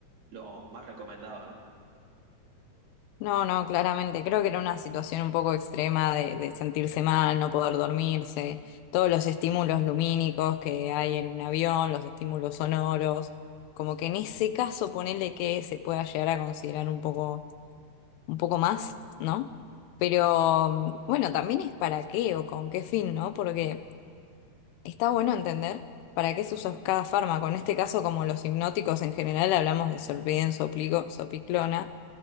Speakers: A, on the right; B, on the left.
A: lo más recomendado, ¿no?
B: No, no, claramente. Creo que era una situación un poco extrema de, de sentirse mal, no poder dormirse, todos los estímulos lumínicos que hay en un avión, los estímulos sonoros, como que en ese caso ponele que se pueda llegar a considerar un poco un poco más, ¿no? Pero mm, bueno, también es para qué o con qué fin, ¿no? Porque está bueno entender para qué se usa cada fármaco. En este caso, como los hipnóticos en general, hablamos de Solven, Sopligo, Sopiclona,